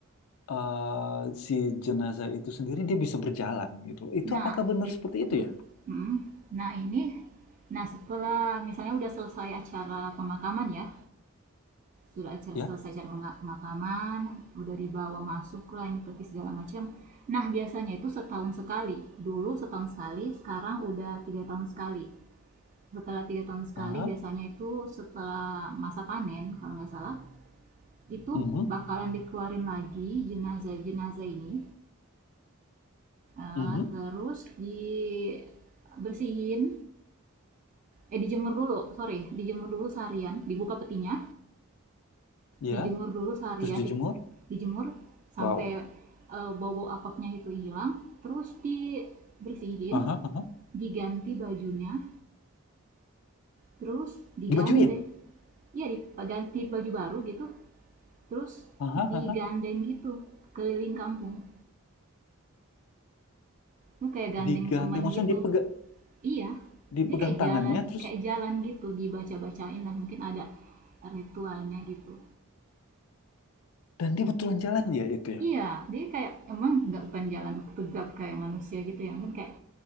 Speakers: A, on the left (about 70°); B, on the right (about 35°).
A: eh, si jenazah itu sendiri dia bisa berjalan gitu. Itu
B: Nah,
A: apakah benar
B: it,
A: seperti itu
B: bet-
A: ya?
B: mm, nah ini Nah, setelah misalnya udah selesai acara pemakaman ya, sudah acara
A: Ya.
B: selesai acara pemakaman udah dibawa masuk lah ini peti segala macam nah biasanya itu setahun sekali dulu setahun sekali sekarang udah tiga tahun sekali setelah tiga tahun sekali
A: Aha.
B: biasanya itu setelah masa panen kalau nggak salah itu
A: Mhm.
B: bakalan dikeluarin lagi jenazah jenazah ini Eh,
A: Mhm.
B: terus dibersihin eh dijemur dulu sorry dijemur dulu seharian dibuka petinya
A: Ya.
B: dijemur dulu seharian
A: Terus dijemur.
B: di- dijemur sampai
A: Wow.
B: eh, bau-bau apaknya itu hilang terus dibersihin
A: Aha. Aha.
B: diganti bajunya terus digandeng
A: Dibajuin.
B: ya diganti baju baru gitu terus
A: Aha.
B: digandeng
A: Aha.
B: gitu keliling kampung lu kayak gandeng
A: Digandeng.
B: teman
A: Maksudnya
B: gitu
A: dipegang
B: iya
A: dipegang
B: dia kayak
A: tangannya
B: jalan
A: terus
B: kayak jalan gitu dibaca-bacain lah mungkin ada ritualnya gitu
A: dan dia betulan jalan ya itu ya.
B: Iya, dia kayak emang nggak bukan jalan tegap kayak manusia gitu ya, mungkin kayak